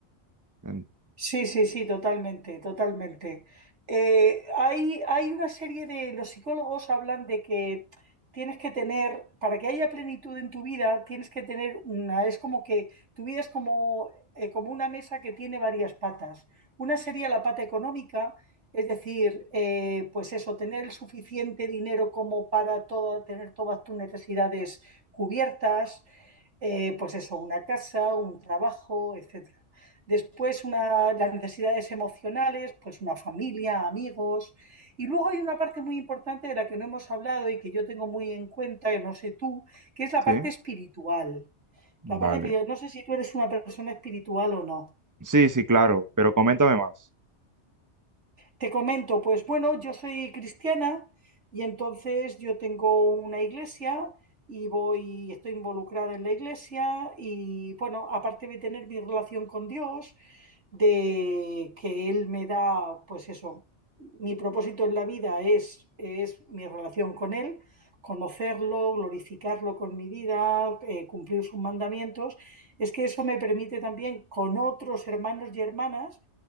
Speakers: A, on the right; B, on the right.
A: En-
B: Sí, sí, sí, totalmente, totalmente. Eh, hay, hay una serie de, los psicólogos hablan de que tienes que tener, para que haya plenitud en tu vida, tienes que tener una, es como que tu vida es como, eh, como una mesa que tiene varias patas. Una sería la pata económica, es decir, eh, pues eso, tener el suficiente dinero como para toda, tener todas tus necesidades cubiertas, eh, pues eso, una casa, un trabajo, etc. Después una, las necesidades emocionales, pues una familia, amigos. Y luego hay una parte muy importante de la que no hemos hablado y que yo tengo muy en cuenta, que no sé tú, que es la
A: ¿Sí?
B: parte espiritual.
A: Vale.
B: La parte espiritual. No sé si tú eres una persona espiritual o no.
A: Sí, sí, claro, pero coméntame más.
B: Te comento, pues bueno, yo soy cristiana y entonces yo tengo una iglesia y voy, estoy involucrada en la iglesia y bueno, aparte de tener mi relación con Dios, de que él me da, pues eso, mi propósito en la vida es, es mi relación con él, conocerlo, glorificarlo con mi vida, eh, cumplir sus mandamientos, es que eso me permite también con otros hermanos y hermanas